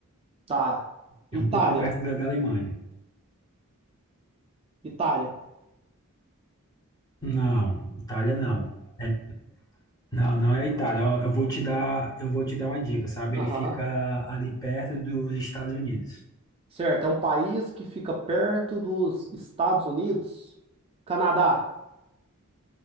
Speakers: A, on the right (about 25°); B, on the left (about 15°).
A: Tá. Itália.
B: É um pouco perto da, da Alemanha.
A: Itália.
B: Não, Itália não. É- não, não é a Itália. Ó, eu vou te dar, eu vou te dar uma dica, sabe?
A: Aham.
B: Ele fica ali perto dos Estados Unidos.
A: Certo. É um país que fica perto dos Estados Unidos. Canadá.